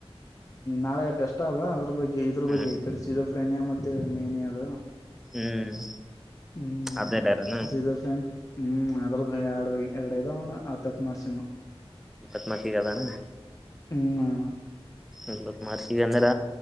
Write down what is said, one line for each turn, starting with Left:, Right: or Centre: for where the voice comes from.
Left: ನಾಳೆ ಟೆಸ್. ಕೊಟ್ಟದ ಅದ್ರ ಬಗ್ಗೆ ಇದ್ರ
Centre: ಹ್ಮ್
Left: ಬಗ್ಗೆ ಕಡಿಸಿ ಇ ಫ್ರೆನಿಯ ಮತ್ತ ಮೇಹನಿ ಅದ.
Centre: ಹ್ಮ್.
Left: ಹ್ಮ್
Centre: ಅದ ಹೇಳ್ಯಾರನ
Left: ಸೀಸನ್ ಟೈಮ್ ಹ್ಮ್ ಅದ್ರದ್ದು ಎರಡ್ಬಾವಗೆ ಎರಡೇದೇವ ಅಣ್ಣ ಹತ್ತತ ಮಾರ್ಕ್ಸಿನ್ವು.
Centre: ಇಪ್ಪತ್ನಾಲ್ಕಿಗೆ ಅದಾನ
Left: ಹ್ಮ ಅಣ್ಣಾ.
Centre: ಎಂಬತ್ತು ಮಾಕರ್ಸ ಈಗ ಅಂದ್ರ